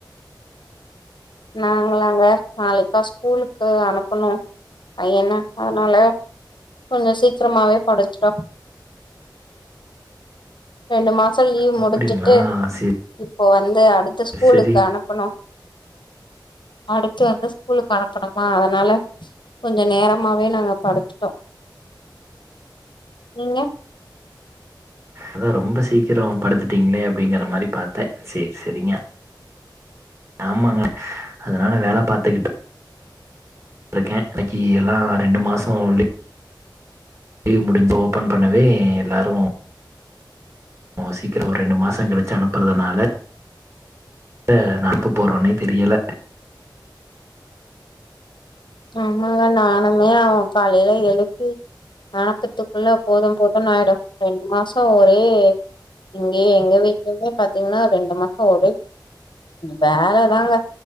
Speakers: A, on the left; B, on the right.
A: நாங்களாங்க நாளைக்தா ஸ்கூலுக்கு அனுப்பனு பையன அதனால கொஞ்ச சீக்கரமாவே படுத்துட்டோ ரெண்டு மாசோ லீவ்
B: அப்டிங்களா
A: முடுஞ்சுட்டு
B: சேரி
A: இப்ப வந்து அடுத்து ஸ்கூலுக்கு
B: சேரி
A: அனுப்பனு அடுத்து வந்து ஸ்கூலுக்கு அனுப்பனுமா அதனால கொஞ்ச நேரமாவே நாங்க படுத்துட்டோ நீங்க
B: அதா ரொம்ப சீக்கிரோ படுத்துட்டீங்ளே அப்டிங்கற மாரி பாத்தே சேர் செரிங்க ஆமாங்க அதனால வேல பாத்துகுட் ருக்கே கடக்கி எல்லா ரெண்டு மாசோ லீ லீவு முடுஞ்சு ஓபன் பண்ணவே எல்லாரு ஓ சீக்கிரோ ஒரு ரெண்டு மாசோ கழுச்சு அனுப்பறதுனால எந்த நாக்கு போறோனே தெரியல
A: ஆமாங்க நானுமே அவ காலையில எழுப்பி அனக்கத்துக்குள்ள போது போதுனாயிடு ரெண்டு மாசோ ஒரே இங்கயே எங்க வீட்லயுமே பாத்தீங்ன்னா ரெண்டு மாசோ ஒரே வேலதாங்க